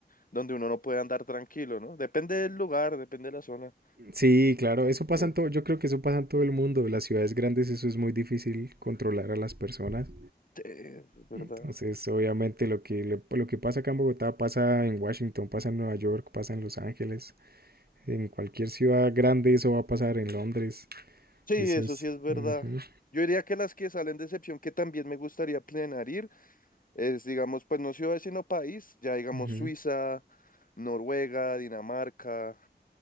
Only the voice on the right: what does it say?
Sí, claro, eso pasa
en todo, yo creo que eso pasa en todo el mundo, en las ciudades grandes eso es muy difícil controlar a las personas
Entonces, obviamente lo que, le- lo que pasa acá en Bogotá pasa en Washington, pasa en Nueva York, pasa en Los Ángeles, en cualquier ciudad grande eso va a pasar en Londres.
Eso
es.
ujú,
ujú.